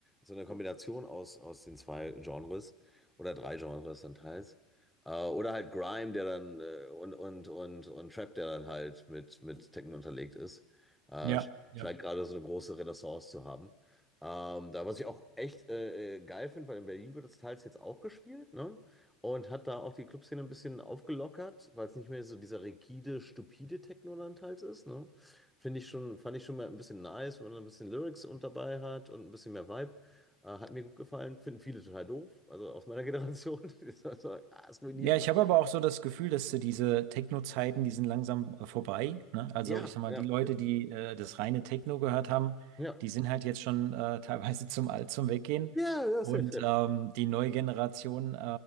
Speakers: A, in the centre; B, on the right (about 50°).
A: so eine Kombination aus, aus den zwei Genres oder drei Genres dann teils. Äh, oder halt Grime, der dann äh, und, und, und, und Trap, der dann halt mit, mit Techno unterlegt ist. Äh,
B: Ja.
A: sch-
B: ja.
A: scheint gerade so eine große Renaissance zu haben. Ähm, da, was ich auch echt äh, äh, geil finde, weil in Berlin wird das teils jetzt auch gespielt, ne? Und hat da auch die Clubszene ein bisschen aufgelockert, weil es nicht mehr so dieser rigide, stupide Technoland halt ist, ne? Finde ich schon, fand ich schon mal ein bisschen nice, wenn man ein bisschen Lyrics und dabei hat und ein bisschen mehr Vibe. Äh, hat mir gut gefallen. Finden viele total doof, also aus meiner Generation. <laughs> Die sagen so, ah, es ruiniert.
B: Ja,
A: gerade.
B: ich habe aber auch so das Gefühl, dass äh, diese Techno-Zeiten, die sind langsam äh, vorbei, ne? Also
A: Ja,
B: ich sag mal,
A: ja,
B: die Leute, die äh, das reine Techno gehört haben,
A: ja.
B: die sind halt jetzt schon äh, <laughs> teilweise zum Alt zum Weggehen.
A: Ja, ja,
B: Und
A: safe, safe.
B: ähm, die neue Generation äh,